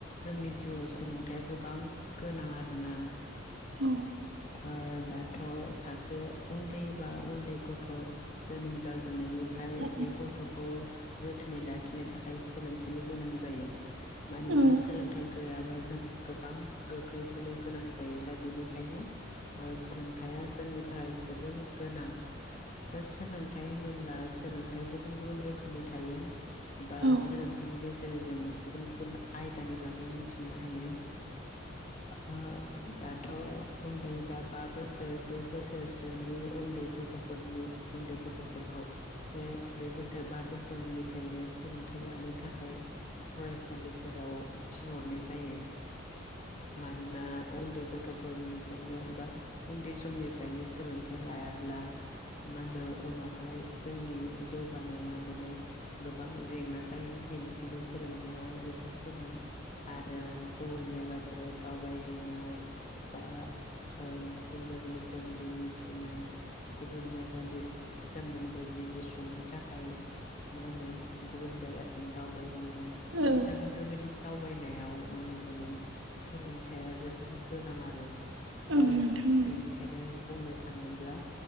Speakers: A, on the left; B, on the right.
A: जोंनि जिउआव सोलोंथाइया गोब बां गोनां आरोना
B: औ
A: ओ दाथ‌ सासे से उन्दै बा उन्दै गथ जोनोम जाजेननायनिफ्राय
B: औ
A: बे गथखौ जोथोनै लाखिनो थाखाय सोलोंथाइनि गोनां जायो मानोना
B: औ
A: सोलोंथाइ गैयाबा जों जों गोबां गोग्लैसोनो गोनां जायो दा बेनिखायनो ओ सोलोंथाइया जोंनि थाखाय जोबोर गोनां दा सोलोंथाइ होनोब्ला सोलोंथाइया गुबुन गुबुन रोखोमनि थायो बा
B: औ
A: सोलोंथाइनि गेजेरजों गुबुन गुबुन आयदानि बागै मिथिनो हायो ओ दाथ उन्दै बा बा बोसोर द बोसोरसोनि उन्दै गथ फोरनि उन्दै गथ फोरखौ बे ब्रै बोसोर बा बोसोरनिफ्रायनो सोलोंथाइ लानो थाखाय फरायसालिफोराव थिनहरनाय जायो मानोना उन्दै गथफोरनिफ्रायनो बा उन्दै समनिफ्रायनो सोलोंथाइ लायाब्ला मा होनो उनावहाय जोंनि जौगानाया माने गोबां जेंना जायो बेनिखायनो सोलोंथाइया जोबोर गोनां आरो गुबुन जायगाफोराव दावबायहैनाय बा ओ गुबुन जायगानि सोमोन्दै मिथि नाय गुबुन जायगानि सोमोन्दै बिजिरसंनो थाखाय मा होनो गुबुन जायगासिम दावबायहै नों
B: औ
A: दा बेफोरबायदि दावबायनायावनो माने सोलोंथाइया जोबोर गोनां आरो
B: औ
A: दा
B: नोंथां
A: बेनिखायनो बुंनो थाङोब्ला